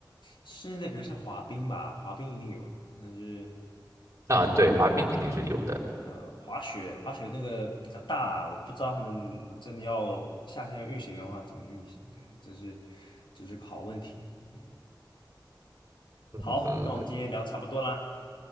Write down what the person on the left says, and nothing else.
室内的比如像滑冰吧，滑冰一定有，但是
呃，滑雪滑雪那个比较大，我不知道他们真的要夏天要运行的话怎么运行，对，这是这是个好问题，嗯，
好，那我们今天聊差不多啦。